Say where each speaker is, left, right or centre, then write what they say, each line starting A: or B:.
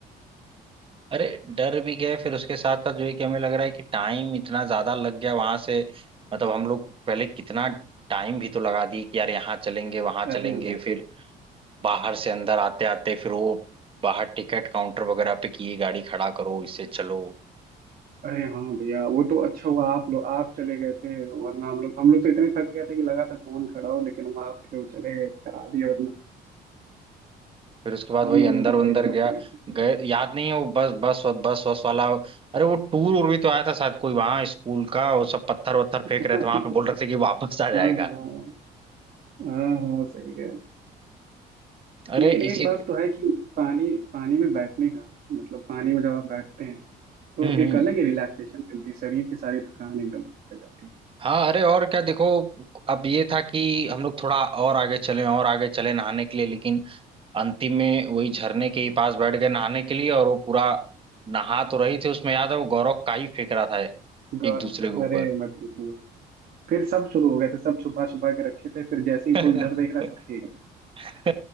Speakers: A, on the right; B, on the right.
A: अरे डर भी गए फिर उसके साथ साथ जो है कि हमें लग रहा है कि टाइम इतना ज्यादा लग गया वहां से मतलब हम लोग पहले कितना टाइम भी तो लगा दिए कि यार यहाँ चलेंगे वहां चलेंगे
B: अरे
A: फिर बाहर से अंदर आते आते फिर वो बाहर टिकट काउंटर वगैरह पे किए गाड़ी खड़ा करो इससे चलो
B: अरे हाँ भैया वो तो अच्छा हुआ आप लोग आप चले गए थे वरना हम लोग हम लोग तो इतने थक गए थे कि लगा था कौन खड़ा हो लेकिन वो आप थे वो चले गए करा दिए वरना
A: फिर उसके बाद
B: हम
A: वही
B: लोगों
A: अंदर
B: में तो
A: अंदर
B: थी हिम्मत
A: गया
B: ही नहीं
A: गए याद नहीं है वो बस बस बस बस वाला अरे वो टूर उर भी तो आया था शायद कोई वहां स्कूल का वो सब पत्थर वत्थर
B: थी।
A: फेंक
B: <laughs>
A: रहे थे वहां पे बोल रहे थे कि वापस आ जाएगा
B: हाँ हाँ हाँ हाँ सही कह रहे हैं।
A: अरे
B: लेकिन एक
A: इसी
B: बात तो है कि पानी पानी में बैठने का मतलब पानी में जब आप बैठते हैं तो
A: हम्म हम्म
B: एक अलग ही रिलैक्सेशन मिलती है शरीर की सारी थकान एकदम हट जाती है
A: हाँ अरे और क्या देखो अब ये था कि हम लोग थोड़ा और आगे चले और आगे चले नहाने के लिए लेकिन अंतिम में वही झरने के ही पास बैठ गए नहाने के लिए और वो पूरा नहा तो रही थी उसमें याद है वो गौरव काई फेंक रहा था
B: गौर
A: एक दूसरे के ऊपर
B: अरे मत पूछो मत। फिर सब शुरू हो गए थे सब छुपा छुपा के रखे थे फिर जैसे
A: <laughs>
B: ही कोई उधर देख रहा सब फेंक
A: <laughs>